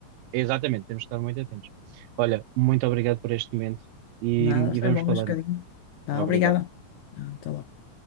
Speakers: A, on the right; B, on the left.
A: Exatamente, temos de estar muito atentos. Olha, muito obrigado por este momento e,
B: Nada,
A: e
B: foi
A: vamos
B: bom
A: falando.
B: este bocadinho. Tá,
A: Obrigado.
B: obrigada. Ah, Até logo.